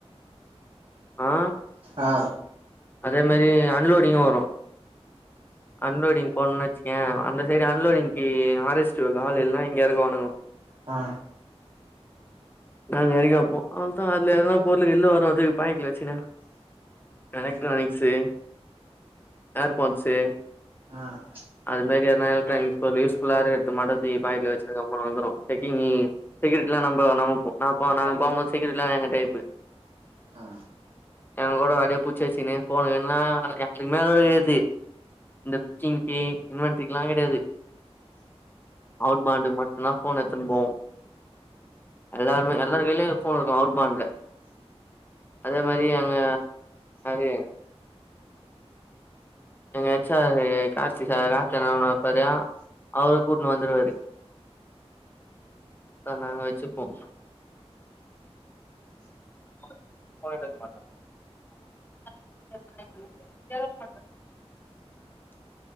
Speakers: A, on the left; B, on the right.
A: ஆ
B: ஆ
A: அதே மாரி அன்லோடிங்கு வரு அன்லோடிங் போணன் வச்சிக்கய அந்த சைடு அன்லோடிங்கி ஆரஸ்டு ஹாலு எல்லா இங்க எறக்குவாணுங்கோ
B: ஆ
A: நா நெரையாப்போ அவ்ள்தா அதுல எதனா பொருளு கிருளு வராது பைக்ல வச்சுனு எலக்ட்ரானிக்ஸு அர்பாட்ஸு
B: அ
A: அது மாரி எதனா எலக்ட்ரானிக்ஸ் பொருள் யூஸ்புல்லா இருக்கற்து மட்டு தூக்கி பக்கெட்ல வச்சுனா சம்பளோ வந்துரு செச்கிங்கி செக் கிட்டிலா நம்ப நாம போ நா போ நாங்க போம் போது செக்யூரிட்டிலா எங்க டைப்பு
B: ஆ
A: எங்க கூட அடியே புடிச்சு வச்சுனு போனு கின்னா யாருக்குமே அலோட் கெடயாது இந்த புச்கிங்கு இன்வன்ட்ரிக்கலா கெடையாது அவ்ட் பாண்டுக்கு மட்டுந்தா ஃபோன் எத்துனு போவோ எல்லாருமே எல்லாரு கைலயு ஒரு ஃபோன் இருக்கு அவ்ட் பான்ட்ல அதே மாரி அங்க யாரு எங்க எச்சா கார்த்திகா ராத்தனா வப்பாரா அவரு கூட்டுனு வந்துருவாரு அத நாங்க வச்சுப்போ <inaudible> <inaudible>